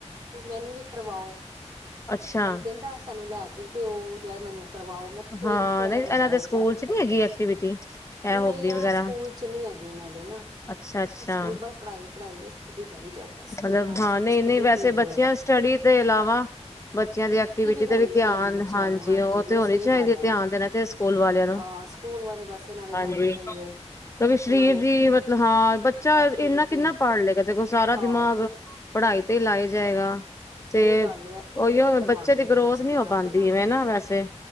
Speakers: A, on the right; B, on the left.
A: ਵੀ ਮੈਨੂੰ ਵੀ ਕਰਵਾਓ
B: ਅੱਛਾ
A: ਮੈਨੂੰ ਕਹਿੰਦਾ ਸਾਨੂੰ ਲੈ ਕੇ ਕਹਿੰ ਦਿਓ ਜਾਂ ਮੈਨੂੰ ਕਰਵਾਓ ਮੈਂ ਕਿਹਾ ਕੋਈ
B: ਹਾਂ
A: ਨੀ ਥੋੜਾ
B: ਨਹੀਂ
A: ਜਹਾ ਵੱਡਾ
B: ਇਹਨਾਂ ਦੇ
A: ਹੋ
B: ਸਕੂਲ
A: ਜਾ,
B: ਚ ਨੀ ਹੈਗੀ ਐਕਟੀਵਿਟੀ ਇਹ
A: ਨਹੀਂ
B: ਹੋਬੀ
A: ਐ
B: ਵਗੈਰਾ
A: ਸਕੂਲ ਐ ਚ ਨੀ ਹੈਗੀ ਇਹਨਾਂ ਦੇ ਨਾ
B: ਅੱਛਾ ਅੱਛਾ
A: ਸਕੂਲ ਬੱਸ ਪੜ੍ਹਾਈ ਪੜ੍ਹਾਈ ਹੈ ਸਟੱਡੀ ਕਰੀ ਜਾਓ ਬਸ
B: ਮਤਲਬ
A: ਜਿੰਨਾ ਹੋ
B: ਹਾਂ
A: ਸਕੇ
B: ਨਹੀਂ
A: ਸਟੱਡੀ
B: ਨਹੀਂ ਵੈਸੇ
A: ਤੇ ਜ਼ੋਰ
B: ਬੱਚਿਆਂ
A: ਹੈ
B: ਸਟੱਡੀ ਤੋਂ ਇਲਾਵਾ ਬੱਚਿਆਂ ਦੀ ਐਕਟੀਵਿਟੀ
A: ਹੋਣੀ
B: ਤੇ ਵੀ ਧਿਆਨ
A: ਚਾਹੀਦੀ ਬੱਚਿਆਂ
B: ਹਾਂਜੀ
A: ਨੂੰ
B: ਉਹ
A: ਨਹੀਂ
B: ਤੇ ਹੋਣੀ
A: ਸਹੀ
B: ਚਾਹੀਦੀ
A: ਗੱਲ ਹੈ
B: ਧਿਆਨ ਦੇਣਾ ਚਾਹੀਦਾ ਸਕੂਲ ਵਾਲਿਆਂ ਨੂੰ
A: ਹਾਂ ਸਕੂਲ ਵਾਲੇ ਬਸ ਇਹਨਾਂ ਦੇ ਤੁਹਾਨੂੰ
B: ਹਾਂਜੀ
A: ਪਤਾ ਹੀ
B: ਕਿਉਂਕਿ
A: ਹੈ
B: ਸਰੀਰ
A: ਉਹਨਾਂ ਨੂੰ
B: ਦੀ ਮਤਲਬ ਹਾਂ ਬੱਚਾ
A: ਐਕਟੀਵਿਟੀ
B: ਇੰਨਾ ਕਿੰਨਾ ਪੜ੍ਹ ਲਏਗਾ ਦੇਖੋ ਸਾਰਾ
A: ਹਾਂ
B: ਦਿਮਾਗ ਪੜ੍ਹਾਈ ਤੇ ਹੀ ਲਾਏਆ ਜਾਏਗਾ
A: ਸਹੀ
B: ਤੇ
A: ਗੱਲ ਐਕਟੀਵਿਟੀ
B: ਉਹੀਓ
A: ਨਹੀ ਕਰਵਾਉਣ
B: ਬੱਚੇ ਦੀ
A: ਦੇ ਨਾਲੇ
B: ਗਰੋਥ
A: ਸਕੂਲਾਂ
B: ਨਹੀਂ ਹੋ ਪਾਉਂਦੀ
A: ਚ ਨਾ
B: ਇਵੇਂ ਵੈਸੇ